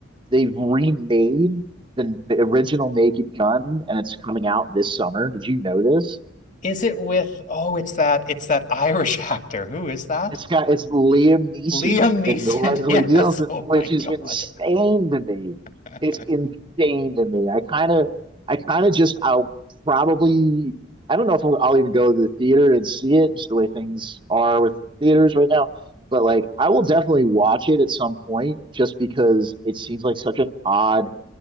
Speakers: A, on the right; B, on the left.
A: they've remade the the original Naked Gun and it's coming out this summer? Did you know this?
B: <laughs> Is it with, oh, it's that it's that Irish <laughs> actor. Who is that?
A: It's got it's Liam Neeson
B: Liam Neeson.
A: and Leslie
B: <laughs> Yes.
A: Nielsen,
B: Oh
A: which
B: my
A: is
B: God.
A: insane to me.
B: <laughs>
A: It's insane to me. I kind of, I kind of just, I'll probably, I don't know if I'll, I'll even go to the theater and see it, just the way things are with theaters right now. But like, I will definitely watch it at some point, just because it seems like such an odd